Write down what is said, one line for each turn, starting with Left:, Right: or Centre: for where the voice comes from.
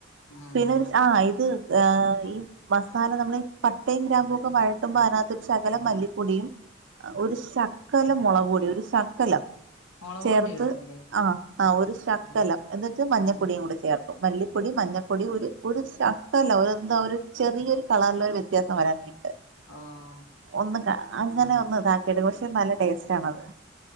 Left: ആഹ്
Right: പിന്നൊര് ആ ഇത് ഏ ഈ മസാല നമ്മള് പട്ടേ ഗ്രാമ്പൊക്ക വഴട്ടുമ്പൊ അതിനകത്തൊര് ശകലം മല്ലിപ്പൊടിയും ഒര് ശക്കലം മൊളക്ക്പൊടി ഒര് ശക്കലം
Left: മുളക്
Right: ചേർത്ത്
Left: പൊടി ഇടുവല്ലേ
Right: ആഹ് ആഹ് ഒര് ശകലം
Left: ആഹ്
Right: എന്നിട്ട് മഞ്ഞപ്പൊടി
Left: ആഹ്
Right: കൂടെ ചേർക്കും മല്ലിപ്പൊടി മഞ്ഞപ്പൊടി ഒര് ഒര് ശകലം ഒര് എന്തൊ ഒരു ചെറിയൊര് കളർല് വ വ്യത്യാസം വരാൻ വേൺട്ട്
Left: ആഹ് ഓഹ്
Right: ഒന്ന് കാ അങ്ങനെ ഒന്ന് ഇതാക്കിയെട് പക്ഷേ നല്ല ടേസ്റ്റാണത്